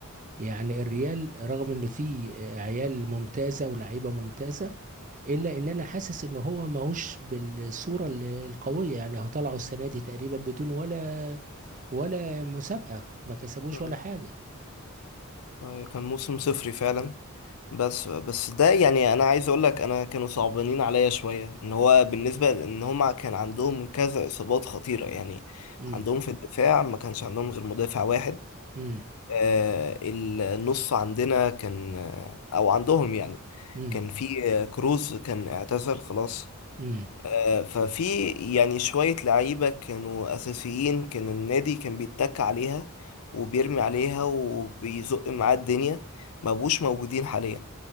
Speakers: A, on the right; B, on the left.
A: يعني الريال رغم ان فيه آه، عيال ممتازة ولاعيبة ممتازة الا ان انا حاسس ان هو ماهوش بالصوره ال- القويه يعني هو طلعوا السنه دي تقريبا بدون ولا ولا مسابقه ما كسبوش
B: مم.
A: ولا حاجه
B: آه، كان موسم صفري فعلا بس بس ده يعني انا عايز اقول لك انا كانوا صعبانين عليا شويه ان هو بالنسبه لان هما كان عندهم كذا اصابات خطيره يعني
A: امم
B: عندهم في الدفاع ما كانش عندهم غير مدافع واحد
A: امم
B: آه النص عندنا كان آه، او عندهم يعني
A: امم
B: كان في آه، كروز كان اعتزل خلاص
A: امم
B: آه، ففي يعني شوية لعيبة كانوا أساسيين كان النادي كان بيتك عليها وبيرمي عليها وبيزق معاه الدنيا ما بقوش موجودين حاليا